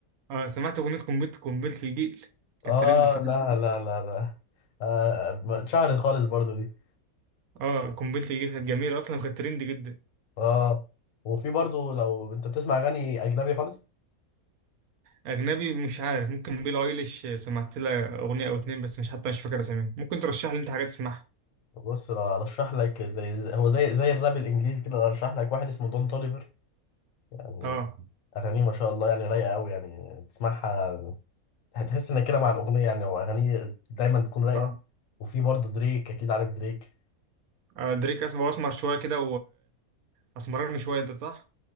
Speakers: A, on the right (about 80°); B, on the left (about 70°).
A: آه سمعت أغنية قنبلة قنبلة الجيل كانت
B: اه
A: ترند الفترة
B: لا
A: دي
B: لا لا لا آه، اتشهرت خالص برضه دي
A: آه قنبلة الجيل كانت جميلة أصلا وكانت ترند جدا
B: اه وفي برضه لو أنت بتسمع أغاني أجنبي خالص
A: أجنبي مش عارف ممكن بيل أيليش آه، سمعت لها أغنية أو اتنين بس مش حتى مش فاكر أساميهم ممكن ترشح لي أنت حاجات تسمعها
B: بص لو ارشح لك زي, زي هو زي زي الراب الانجليزي كده لو ارشح لك واحد اسمه دون توليفر يعني
A: آه
B: اغانيه ما شاء الله يعني رايقه قوي يعني تسمعها هتحس انك كده مع الاغنيه يعني واغانيه دايما بتكون رايقه
A: آه
B: وفي برضه دريك اكيد عارف دريك
A: آه، دريك أسمر أسمر شوية كده وأسمرني شوية ده صح؟